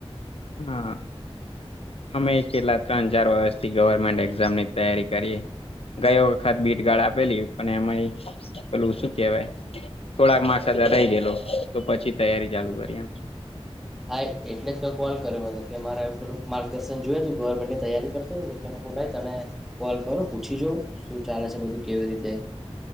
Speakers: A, on the left; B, in the centre.
A: હા. આમે એક કેલા અ ત્રણ ચાર વરસ થી ગવર્મેન્ટ એક્ઝામની તૈયારી કરીએ. ગયો વખત ભીટગાળ આપેલી પણ એમાંય પેલું શું કેવાય થોડાક માક્સર્ રહી ગયેલો તો પછી તૈયારી ચાલુ કરી એમ
B: હા એટલે તો કોલ કર્યો મેને કે મારે થોડુંક માર્ગદર્શન જોય તો ગવર્મેન્ટની તૈયારી કરતો એટલે કો રાઈટ અને કોલ કરું પૂછી જાઉં શું ચાલે છે બધું કેવી રીતે